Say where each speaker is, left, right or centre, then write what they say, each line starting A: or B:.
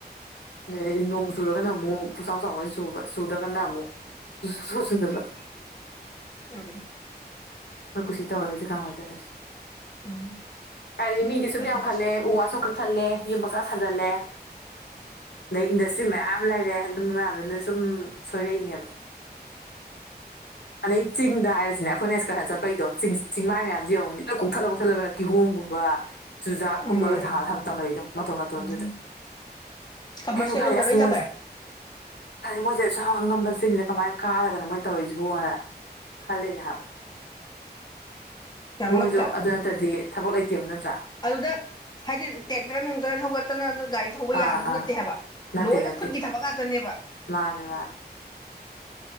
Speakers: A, on the left; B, on the left.
A: ꯅ ꯅꯣꯡ ꯆꯨꯔꯣꯒꯅ ꯑꯃꯨꯛ ꯄꯨꯆꯥꯎ ꯆꯥꯎꯥꯎꯣꯏ ꯁꯨꯕ ꯁꯨꯗ꯭ꯔꯒꯅ ꯑꯃꯨꯛꯨꯗꯕ
B: ꯎ
A: ꯃꯣꯏ ꯀꯨꯁꯤ ꯇꯧꯔꯁꯤ ꯀꯟꯅꯥ ꯅꯨꯉꯥꯏꯗꫭꯏꯅꫭ
B: ꯎꯝ
A: ꯀꯥꯏꯗꯩ ꯃꯤꯗꯤ ꯁꯨꯝ
B: ꯎꯝ
A: ꯌꯥꯝ ꯈꯜꯂꯦ ꯎ ꯋꯥ ꯁꯨꯝ ꯊꯜꯂꯦ ꯌꯨꯝ ꯄꯪꯁꯥ ꯁꯥꯖꯟꯂꯦ ꯑꯗꯩ ꯏꯟꯗꯁꯇ꯭ꯔꯤ ꯃꯌꯥꯝ ꯂꯩꯔꯦ ꯑꯗꯨꯝ ꯃꯌꯥꯝꯗꯨꯅ ꯁꯨꯝ ꯁꯣꯏꯔꯛꯏꯅꯦꯕ <inaudible> ꯑꯗꯩ ꯆꯤꯡꯗ ꯍꯥꯏꯔꯤꯁꯤꯅꯦ ꯑꯩꯈꯣꯏꯅ ꯑꯦꯛꯁꯀꯔꯁꯟ ꯆꯠꯄꯒꯤꯗꯣ ꯆꯤꯡ ꯆꯤꯡꯃꯥꯏ ꯃꯌꯥꯝꯁꯤ ꯌ‌ꯦꯡꯉꯨ ꯀꯣꯛꯊꯠꯂ <unintelligible> ꯀꯧꯊꯠꯂ ꯀꯤꯍꯣꯡꯒꯨꯝ ꯆꯨꯖꯥꯛꯀꯨꯝ
B: ꯎꯝ ꯎꯝ
A: ꯊ ꯊ ꯇ ꯂꯩꯗꯣ ꯃꯇꯣꯟ ꯃꯇꯣꯟꯗꯨꯗ
B: ꯎꯝ ꯀꯃꯔꯁꯤꯌꯦꯜ
A: ꯈꯁ
B: ꯂꯣꯝꯗ ꯂꯣꯏ
A: ꯃꯣ
B: ꯆꯠꯈ꯭ꯔꯦ
A: ꯃꯣꯏꯁꯦ ꯑꯁ ꯑꯉꯝꯕꯁꯤꯡꯁꯦ ꯀꯃꯥꯏꯅ ꯀꯥꯔꯒꯅ ꯃꯣꯏꯅ ꯇꯧꯔꯔꯤꯏꯁꯤꯕꯣꯅ ꯈꯜꯂꯤꯅꯦ ꯍꯥꯏ
B: ꯌꯥꯝ
A: ꯃꯣꯏꯁꯨ
B: ꯉꯛꯇ꯭ꯔꯥ
A: ꯑꯗꯨ ꯅꯠꯇ꯭ꯔꯗꯤ ꯊꯕꯛ ꯂꯩꯇꯦꯕ ꯅꯠꯇ
B: ꯑꯗꯨꯗ ꯍꯥꯏꯗꯤ ꯇꯦꯛꯇꯔ ꯅꯨꯡꯇꯔ ꯊꯧꯒꯠꯇꯅ ꯑꯗꯨ ꯒꯥꯔꯤ ꯊꯧꯕ
A: ꯑꯥ
B: ꯌꯥꯗꯧ
A: ꯑꯥ
B: ꯅꯠꯇ ꯠꯇꯦ ꯍꯥꯏꯕ
A: ꯅꯠꯇꯦ
B: ꯂꯣꯏꯅ
A: ꯅꯠꯇꯦ
B: ꯈꯨꯠꯀꯤ ꯊꯕꯛ ꯉꯥꯛꯇꯅꯦꯕ
A: ꯃꯥꯅꯦ ꯃꯥꯅꯦ